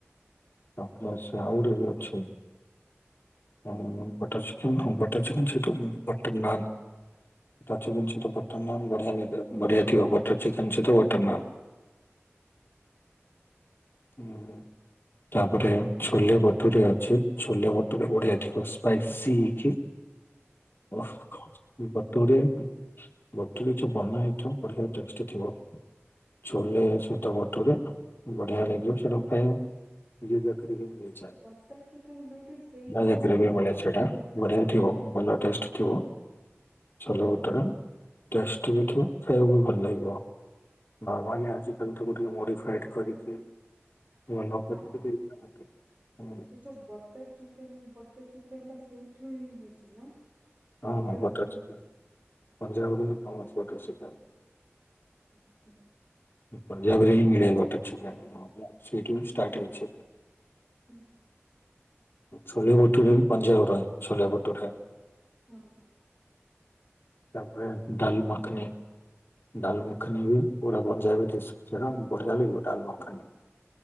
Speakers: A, on the left; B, on the right.
A: ଆପଣ ସେ ଆଉଡେ ବି ଅଛି ଉଁ ବଟର୍ ଚିକେନ୍ ବଟ୍ ବଟର୍ ଚିକେନ୍ ସେଟୁ ବଟ୍ ନାନ୍ ବଟର୍ ଚିକେନ୍ ସଇତ ବଟର୍ ନାନ୍ ବଢିଆ ଲାଗେ ବଢ଼ିଆ ଥିବ ବଟର୍ ଚିକେନ୍ ସଇତ ବଟର୍ ନାନ୍ ହୁଁ <inaudible> ତାପରେ ଛୋଲେ ବଟୁୁରେ ଅଛି ଛୋଲେ ବଟୁୁରେ ବଢିଆ ଥିବ ସ୍ପାଇସି ହେକି <inaudible> ଟୁରେ ବତୁରେ ଯୋଉ ବନା ହେଇଥିବ ବଢିଆ ଟେଷ୍ଟ୍ ଥିବ। ଛୋଲେ ସଇତ ବଟୁରେ ବଢିଆ ଲାଗିବ ସେଇଟା ପ୍ର ଜକ ବି ମିଳେଛ
B: ବଟର ଚିକେନ ଯୋଉଠି ସେଇଠୁ
A: ଜକ
B: ହିଁ ଫେମସ
A: ବି ମିଳେ ଛୋଟା
B: ନା?
A: <inaudible> ବଢିଆ ବି ଥିବ ଭଲ ଟେଷ୍ଟ୍ ଥିବ ଛୋଲେ ବଟୁରେ ଟେଷ୍ଟ୍ ବି ଥିବ ଖାଇବାକୁ ବି ଭଲ ଲାଗିବ। ନର୍ମାଲି ଆଜିକାଲି ତାକୁ ଟିକେ ମୋଡିଫାଇଡ୍ କରିକି ଭଲ କରିକି
B: ହଁ ହ
A: ଦେଇଥାନ୍ତି ହୁଁ
B: ଏ ଯୋଉ ବଟର୍ ଚିକେନ୍ ବଟର୍ ଚିକେନ୍ ଟା ସେଇଠି ରୁ ହିଁ ହେଇଚି ନା? ପଞ୍ଜାବରୁ
A: ହଁ ହଁ ବଟର୍
B: ହେଇଛି।
A: ଚିକେନ୍ ପଞ୍ଜାବରୁ ହିଁ ଫେମସ୍ ବଟର୍ ଚିକେନ୍।
B: ଆଚ୍ଛା <inaudible>
A: ପଞାବ ରେ ହିଁ ମିଳେ ବଟର୍ ଚିକେନ୍ ସେଇଟୁ ଷ୍ଟାଟ୍ ହେଇଚି
B: ହୁଁ।
A: ଛୋଲେ ବଟୁରେ ବି ପଞାବର ଛୋଲେ ବଟୁରେ
B: ହଁ।
A: ତାପରେ ଦାଲ୍ ମଖ୍ ନି ଡାଲ୍ ମଖ୍ ନି ବି ପୁରା ପଞ୍ଜାବରେ ଏବେଟିସ୍ ଖର <inaudible> ବଢିଆ ଲାଗିବ ଡାଲ୍ ମଖାନି